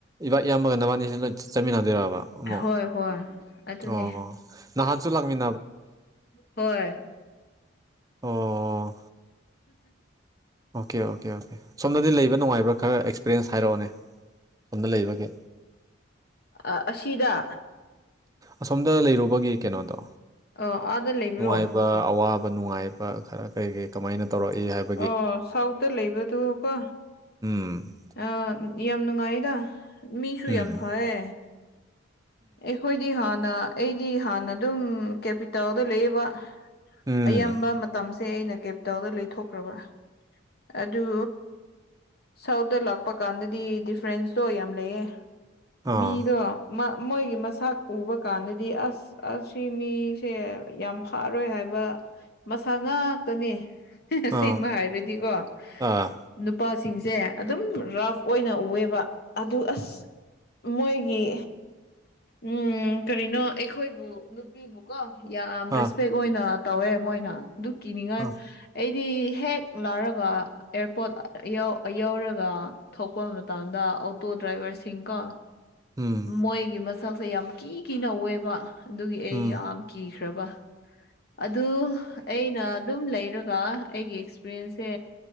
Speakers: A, on the right; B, on the left.
A: ꯏꯕꯥ ꯑꯌꯥꯝꯕꯒ ꯅꯕꯥꯅꯤꯁꯤ ꯂꯣꯏ ꯆꯠꯃꯤꯟꯅꯗꯣꯏꯕ ꯑꯃꯨꯛ
B: ꯍꯣꯏ ꯍꯣꯏ ꯑꯗꯨꯅꯦ
A: ꯑꯣ ꯅꯍꯥꯟꯁꯨ ꯂꯥꯛꯃꯤꯟꯅ
B: ꯍꯣꯏ
A: ꯑꯣ ꯑꯣꯀꯦ ꯑꯣꯀꯦ ꯑꯣꯀꯦ ꯁꯣꯝꯗꯗꯤ ꯂꯩꯕ ꯅꯨꯡꯉꯥꯏꯕ꯭ꯔꯥ ꯈꯔ ꯑꯦꯛꯁꯄꯤꯔꯌꯦꯦꯟꯁ ꯍꯥꯏꯔꯛꯑꯣꯅꯦ ꯁꯣꯝꯗ ꯂꯩꯕꯒꯤ
B: ꯑꯁꯤꯗ
A: ꯑꯁꯣꯝꯗ ꯂꯩꯔꯨꯕꯒꯤ ꯀꯩꯅꯣꯗꯣ
B: ꯑꯣ ꯑꯥꯗ ꯂꯩꯕ꯭ꯔꯣ
A: ꯅꯨꯡꯉꯥꯏꯕ ꯑꯋꯥꯕ ꯅꯨꯡꯉꯥꯏꯕ ꯈꯔ ꯀꯩ ꯀꯩ ꯀꯃꯥꯏꯅ ꯇꯧꯔꯛꯏ ꯍꯥꯏꯕ
B: ꯑꯣ ꯁꯥꯎꯗꯠꯇ ꯂꯩꯕꯗꯨ ꯀꯣ
A: ꯎꯝ
B: ꯑ ꯌꯥꯝ ꯅꯨꯡꯉꯥꯏꯗ ꯃꯤꯁꯨ
A: ꯎꯝ
B: ꯌꯥꯝ ꯐꯌꯦ ꯑꯩꯈꯣꯏꯗꯤ ꯍꯥꯟꯅ ꯑꯩꯗꯤ ꯍꯥꯟꯅ ꯑꯗꯨꯝ ꯀꯦꯄꯤꯇꯥꯜꯗ ꯂꯩꯕ
A: ꯎꯝ ꯎꯝ
B: ꯑꯌꯥꯝꯕ ꯃꯇꯝꯁꯦ ꯑꯩꯅ ꯀꯦꯞꯇꯜꯗ ꯂꯩꯊꯣꯛꯈ꯭ꯔꯕ ꯑꯗꯨ ꯁꯥꯎꯠꯇꯠꯇ ꯂꯥꯛꯄ ꯀꯥꯟꯗꯗꯤ ꯗꯤꯐ꯭ꯔꯦꯟꯁꯇꯣ ꯌꯥꯝ ꯂꯩꯌꯦ
A: ꯑꯥ
B: ꯃꯤꯗꯣ ꯃꯣꯏꯒꯤ ꯃꯁꯥꯛ ꯎꯕ ꯀꯥꯟꯗꯗꯤ ꯑꯁ ꯑꯁꯤ ꯃꯤꯁꯦ ꯌꯥꯝ ꯐꯥꯔꯣꯏ ꯍꯥꯏꯕ ꯃꯁꯥ ꯉꯥꯛꯇꯅꯦ ꯁꯦꯡꯕ
A: ꯑꯥ
B: ꯍꯥꯏꯔꯗꯤꯀꯣ
A: ꯑꯥ
B: ꯅꯨꯄꯥꯁꯤꯡꯁꯦ ꯑꯗꯨꯝ ꯔꯐ ꯑꯣꯏꯅ ꯎꯑꯦꯕ ꯑꯗꯨ ꯑꯁ ꯃꯣꯏꯒꯤ ꯎꯝ ꯀꯔꯤꯅꯣ ꯑꯩꯈꯣꯏꯕꯨ ꯐꯕꯨꯀꯣ ꯌꯥꯝ ꯔꯦꯁꯄꯦꯛ
A: ꯑꯥ ꯑꯥ
B: ꯑꯣꯏꯅ ꯇꯧꯋꯦ ꯃꯣꯏꯅ ꯑꯗꯨ ꯀꯤꯅꯤꯡꯉꯥꯏ
A: ꯑꯥ
B: ꯑꯩ ꯍꯦꯛ ꯂꯥꯔꯒ ꯑꯦꯌꯥꯔꯄꯣꯠ ꯌꯧꯔꯒ ꯊꯣꯛꯄ ꯃꯇꯝꯗ ꯑꯣꯇꯣ ꯗ꯭ꯔꯥꯏꯚꯔꯁꯤꯡ ꯀꯣ
A: ꯎꯝ
B: ꯃꯣꯏꯒꯤ ꯃꯁꯛꯁꯦ ꯌꯥꯝ ꯀꯤ ꯀꯤꯅ ꯑꯣꯏꯑꯦꯕ ꯑꯗꯨꯒꯤ ꯑꯩ
A: ꯎꯝ
B: ꯌꯥꯝ ꯀꯤꯈ꯭ꯔꯕ ꯑꯗꯨ ꯑꯩꯅ ꯑꯗꯨꯝ ꯂꯩꯔꯒ ꯑꯩꯒꯤ ꯑꯦꯛꯁꯄꯤꯔꯤꯌꯦꯟꯁꯁꯦ